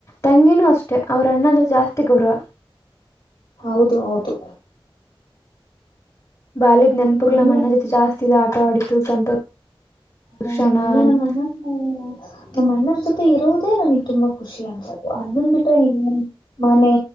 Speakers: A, on the left; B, on the left.
A: ತಂಗಿನೂ ಅಷ್ಟೇ ಅವ್ರ ಅಣ್ಣ ಅಂದ್ರೆ ಜಾಸ್ತಿ ಗೌರವ.
B: ಹೌದು ಹೌದು.
A: ಬಾಲಿದ್ ನೆನಪುಗ್ಗಳ
B: ನನಗೆ
A: ಮಣ್ಣ ಜೊತೆ ಜಾಸ್ತಿ ಇ ಆಟ ಆಡಿತು ಸಂತೋಷ.
B: ಹೌದ
A: ಕ್ಷಣ
B: ನೀ ನಮ್ಮ ಅಣ್ಣ.
A: <inaudible>
B: ನಮ್ಮ ಅಣ್ಣರ ಜೊತೆ ಇರೋದೇ ನನಗ್ ತುಂಬಾ ಖುಷಿ ಅನ್ಸೋದು ಅದ್ ಬಂದ ಬಿಟ್ಟ್ರ ಇನ್ನೇನು. ಮನೆ